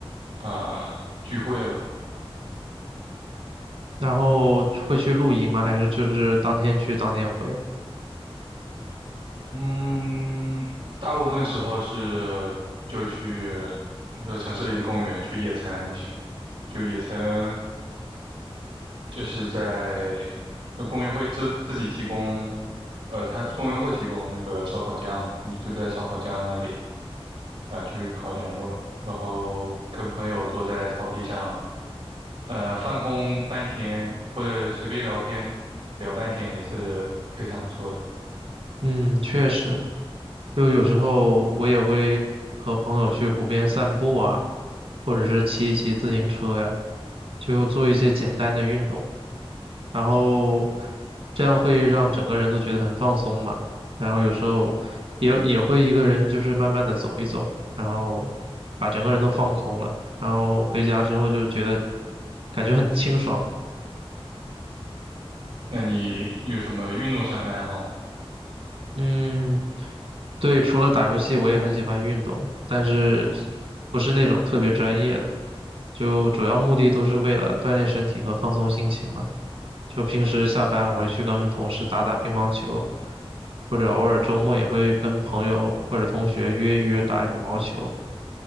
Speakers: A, on the right; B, on the right.
A: 啊、聚会吧。
B: 然后会去露营吗？还是就是当天去当天回？
A: 嗯，大部分时候是就去呃城市里的公园去野餐一下，就野餐就是在那公园会自自己提供，呃，它公园会提供那个烧烤架嘛，你就在烧烤架那里啊、呃去烤点肉，然后跟朋友坐在草地上，呃，放空半天或者随便聊天聊半天也是非常不错的。
B: 嗯，确实，就有时候我也会和朋友去湖边散步啊，或者是骑一骑自行车呀，就做一些简单的运动。然后这样会让整个人都觉得很放松嘛。然后有时候也也会一个人就是慢慢的走一走，然后把整个人都放空了，然后回家之后就觉得感觉很清爽。
A: 那你有什么运动上的爱好
B: 嗯，对，除了打游戏，我也很喜欢运动，但是不是那种特别专业的，就主要目的都是为了锻炼身体和放松心情嘛。就平时下班我会去跟同事打打乒乓球，或者偶尔周末也会跟朋友或者同学约一约打羽毛球。